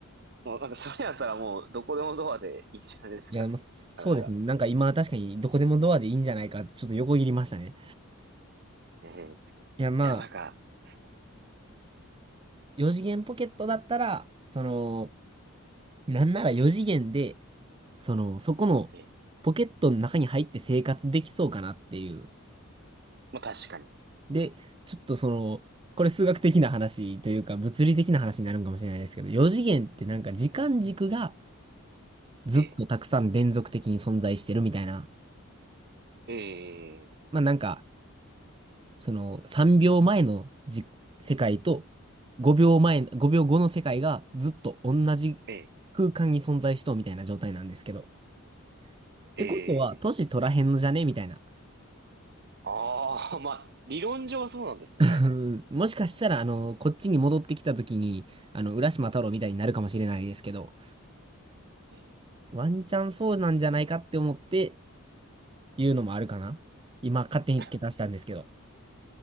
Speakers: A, on the right (about 45°); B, on the right (about 25°).
A: もうなんか、それやったらもう、どこでもドアでいいんじゃないですかね。
B: いや、まあ、そうですね。
A: なかなか。
B: なんか今確かにどこでもドアでいいんじゃないかってちょっと横切りましたね。
A: ええい
B: いや、まあ、
A: や、なんか、そう、
B: 4次元ポケットだったら、その、なんなら4次元で、その、そこの
A: ええ、
B: ポケットの中に入って生活できそうかなっていう。
A: まあ確かに。
B: で、ちょっとその、これ数学的な話というか物理的な話になるんかもしれないですけど、4次元ってなんか時間軸が、ずっとたくさん連続的に存在してるみたいな。
A: ええ、ええ、
B: まあなんか、その3秒前のじ、世界と5秒前、5秒後の世界がずっと同じ空間に存在しとうみたいな状態なんですけど。
A: ええ、
B: ってことは、
A: ええ、
B: 年取らへんのじゃねみたいな。
A: ああ、<laughs> まあ、理論上はそうなんですかね。
B: <laughs> もしかしたら、あの、こっちに戻ってきた時に、あの、浦島太郎みたいになるかもしれないですけど、
A: う
B: ワンチャンそうなんじゃないかって思って言うのもあるかな今勝手に付け足したんですけど。
A: ん